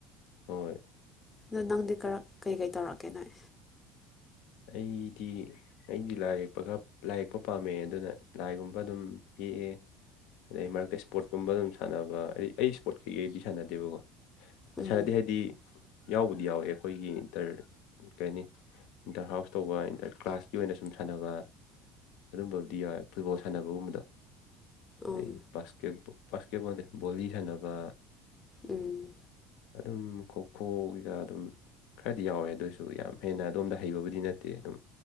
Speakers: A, on the left; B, on the left.
A: ꯍꯣꯏ
B: ꯑꯗꯣ ꯅꯪꯗꯤ ꯀꯔꯛ ꯀꯩ ꯀꯩ ꯇꯧꯔꯛꯀꯦ ꯅꯣꯏ
A: ꯑꯩꯗꯤ ꯑꯩꯗꯤ ꯂꯥꯏ ꯌꯦꯛꯄ ꯈꯔ ꯂꯥꯏ ꯌꯦꯛꯄ ꯄꯥꯝꯃꯦ ꯑꯗꯨꯅ ꯂꯥꯏꯒꯨꯝꯕ ꯑꯗꯨꯝ ꯌꯦꯛꯑꯦ ꯑꯗꯩ ꯃꯔꯛꯇ ꯏꯁꯄꯣꯔꯠꯀꯨꯝꯕ ꯑꯗꯨꯝ ꯁꯥꯟꯅꯕ ꯑꯩ-ꯑꯩ ꯏꯁꯄꯣꯔꯠ ꯀꯩꯀꯩꯗꯤ ꯁꯥꯟꯅꯗꯦꯕꯀꯣ
B: ꯎꯝ
A: ꯁꯥꯅꯗꯦ ꯍꯥꯏꯗꯤ ꯌꯥꯎꯕꯨꯗꯤ ꯌꯥꯎꯋꯦ ꯑꯩꯈꯣꯏꯒꯤ ꯏꯟꯇꯔ ꯀꯩ ꯍꯥꯏꯅꯤ ꯏꯟꯇꯔ ꯍꯥꯎꯁ ꯇꯧꯕ ꯏꯟꯇꯔ ꯀ꯭ꯂꯥꯁꯀꯤ ꯑꯣꯏꯅ ꯁꯨꯝ ꯁꯥꯟꯅꯕ ꯑꯗꯨꯝꯕꯕꯨꯗꯤ ꯌꯥꯢ ꯐꯨꯠꯕꯣꯜ ꯁꯥꯟꯅꯕꯒꯨꯝꯕꯗ ꯑꯗꯩ
B: ꯎꯝ
A: ꯕꯥꯀꯦꯠ ꯕꯥꯁꯀꯦꯠꯕꯣꯜ ꯕꯣꯂꯤ ꯁꯥꯟꯅꯕ
B: ꯎꯝ
A: ꯑꯗꯨꯝ ꯈꯣꯈꯣꯒꯤꯒꯥ ꯑꯗꯨꯝ ꯈꯔꯗꯤ ꯌꯥꯎꯋꯦ ꯑꯗꯨꯑꯣꯏꯁꯨ ꯌꯥꯝ ꯍꯦꯟꯅ ꯑꯗꯣꯝꯗ ꯍꯩꯕꯕꯨꯗꯤ ꯅꯠꯇꯦ ꯑꯗꯨꯝ